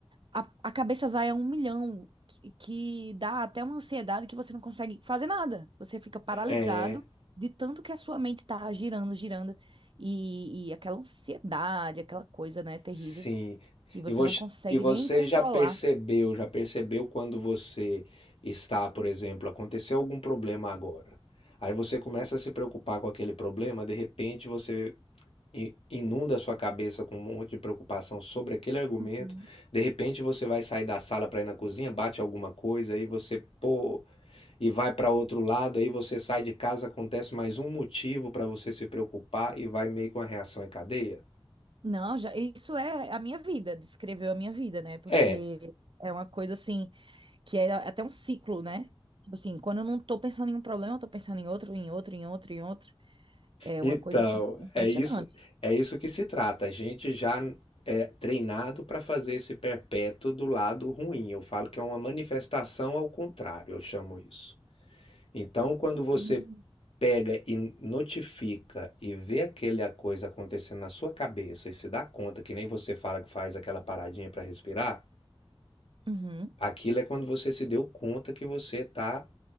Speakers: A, on the right; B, on the left.
A: a, a cabeça vai a um milhão, que, que dá até uma ansiedade que você não consegue fazer nada. Você fica paralisado
B: é.
A: de tanto que a sua mente tá girando, girando, e, e aquela ansiedade, aquela coisa, né, terrível,
B: Sim.
A: que você
B: E você,
A: não consegue
B: e você
A: nem controlar.
B: já percebeu, já percebeu quando você está, por exemplo, aconteceu algum problema agora. Aí você começa a se preocupar com aquele problema, de repente você i- inunda a sua cabeça com um monte de preocupação sobre aquele argumento.
A: Uhum.
B: De repente você vai sair da sala para ir na cozinha, bate alguma coisa, aí você, pô, e vai para outro lado, aí você sai de casa, acontece mais um motivo para você se preocupar e vai meio com a reação em cadeia.
A: Não, já, isso é a minha vida, descreveu a minha vida, né? Porque
B: É,
A: é uma coisa assim Que é até um ciclo, né? Tipo assim, quando eu não tô pensando em um problema, eu tô pensando em outro, em outro, em outro, em outro. É
B: Então,
A: uma coisa assim impressionante.
B: é isso, é isso que se trata. A gente já é treinado para fazer esse perpétuo do lado ruim. Eu falo que é uma manifestação ao contrário, eu chamo isso. Então, quando você
A: Uhum.
B: pega e notifica e vê aquela coisa acontecendo na sua cabeça e se dá conta, que nem você fala que faz aquela paradinha para respirar,
A: Uhum.
B: aquilo é quando você se deu conta que você está